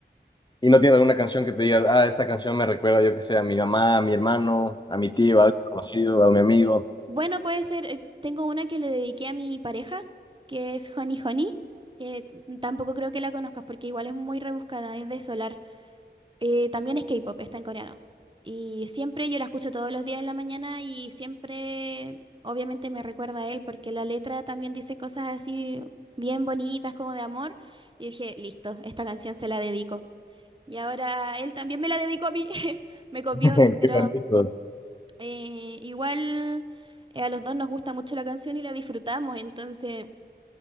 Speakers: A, on the left; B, on the right.
A: Y no tienes alguna canción que te digas, ah, esta canción me recuerda, yo que sé, a mi mamá, a mi hermano,
B: Mm,
A: a mi tío, a alguien conocido, a mi amigo.
B: Bueno, puede ser, eh, tengo una que le dediqué a mi pareja, que es Honey Honey, que tampoco creo que la conozcas porque igual es muy rebuscada, es de Solar. Eh, también es K-pop, está en coreano. Y siempre yo la escucho todos los días en la mañana y siempre, obviamente, me recuerda a él porque la letra también dice cosas así bien bonitas, como de amor. Y dije, listo, esta canción se la dedico. Y ahora él también me la dedicó a mí, <laughs> me copió,
A: <laughs>
B: pero
A: Qué bonito.
B: eh, igual eh, a los dos nos gusta mucho la canción y la disfrutamos, entonces